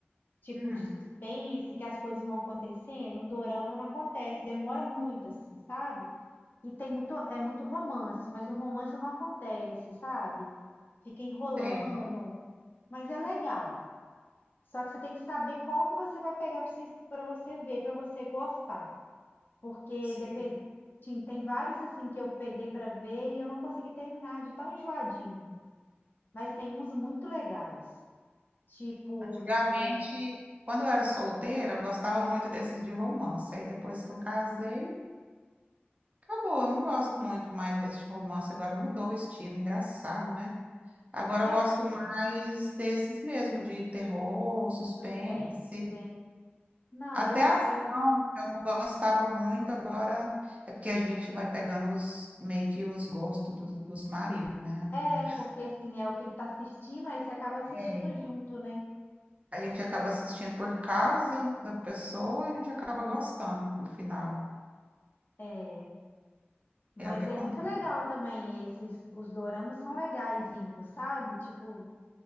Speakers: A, on the left; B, on the right.
A: tipo
B: Hum,
A: de suspense, que as coisas vão acontecendo, o dorama não acontece, demora muito, assim, sabe? E tem muito, é muito romance, mas o romance não acontece, sabe? Fica enrolando,
B: sei,
A: mas é legal. Só que você tem que saber qual que você vai pegar para você ver, para você gostar. Porque
B: sei.
A: depende, sim, tem vários assim que eu peguei para ver e eu não consegui terminar de tão enjoadinho. Mas tem uns muito legais. Tipo,
B: Antigamente,
A: deixa eu ver, um-
B: quando eu era solteira, eu gostava muito desses de romance. Aí depois que eu casei, acabou. Eu não gosto muito mais desse de romance. Agora mudou o estilo, engraçado, né? Agora
A: é
B: eu gosto mais desses mesmo, de terror, suspense.
A: de suspense, né? Não,
B: Até
A: eu,
B: a ação,
A: eu
B: que eu não gostava muito, agora é porque a gente vai pegando os, meio que os gostos dos, dos maridos, né,
A: é
B: amiga?
A: porque assim é o que ele tá assistindo, aí você acaba assistindo
B: É.
A: junto, né?
B: A gente acaba assistindo por causa da pessoa, a gente acaba gostando no final.
A: É Mas
B: É o que
A: é
B: acontece.
A: muito legal também esses, os doramas são legaisinhos, sabe? Tipo,